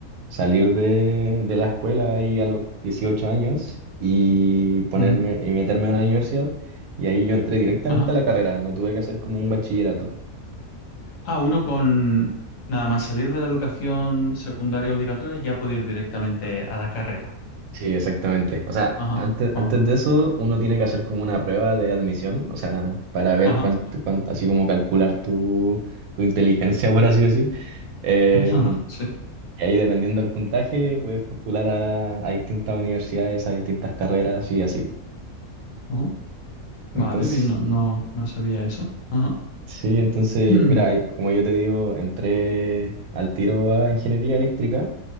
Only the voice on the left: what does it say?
ujú,
Ajá.
Ah, uno con nada más salir de la educación secundaria obligatoria ya puede ir directamente a la carrera.
Ajá.
oh,
Ajá.
<laughs> Ajá. Sí.
Ujú. Vale,
bien, no, no, no sabía eso. Ajá.
Mm,